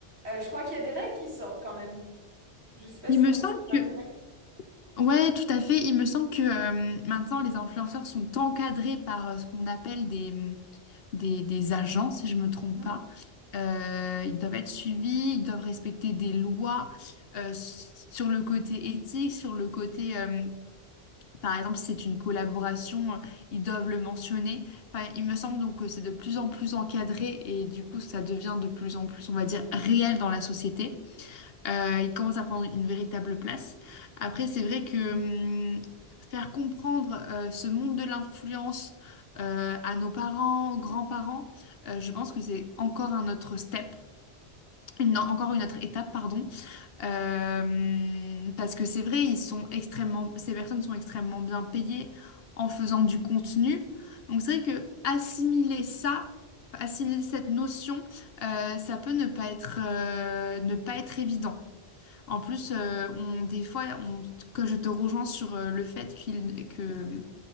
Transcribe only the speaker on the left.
Il
me
semble
que,
ouais, tout à fait. Il me semble que euh, maintenant, les influenceurs sont encadrés par euh, ce qu'on appelle des, des, des agents, si je me trompe
pas. Euh, ils doivent être suivis, ils doivent respecter des lois euh, s- sur le côté éthique, sur le côté, euh, par exemple, si c'est une collaboration, euh, ils doivent le mentionner. Enfin, il me semble donc que c'est de plus en plus encadré et du coup, ça devient de plus en plus, on va dire, réel dans la société. Euh, il commence à prendre une véritable place. Après, c'est vrai que hum, faire comprendre euh, ce monde de l'influence euh, à nos parents, grands-parents, euh, je pense que c'est encore un autre step. une- non, encore une autre étape, pardon. Euh, parce que c'est vrai, ils sont extrêmement, ces personnes sont extrêmement bien payées en faisant du contenu. Donc c'est vrai que assimiler ça, assimiler cette notion, euh, ça peut ne pas être, euh, ne pas être évident. En plus, euh, on, des fois, on, que je te rejoins sur euh, le fait qu'il que,